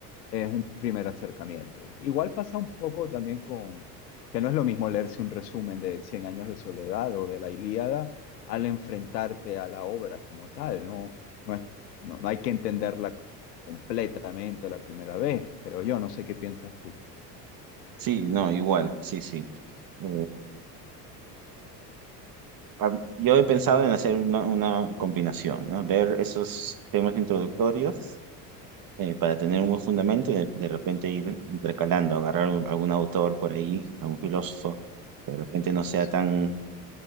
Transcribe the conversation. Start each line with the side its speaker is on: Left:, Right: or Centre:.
Left: es un primer acercamiento. Igual pasa un poco también con que no es lo mismo leerse un resumen de Cien años de soledad o de la Ilíada al enfrentarte a la obra como tal, ¿no? No es, no, no hay que entenderla completamente la primera vez, creo yo, no sé qué piensas tú.
Right: Sí, no, igual, sí, sí. Eh, a- yo he pensado en hacer una, una combinación, ¿no? Ver esos temas introductorios eh, para tener un buen fundamento y de, de repente ir intercalando, agarrar un- algún autor por ahí, algún filósofo, que de repente no sea
Left: Sí,
Right: tan,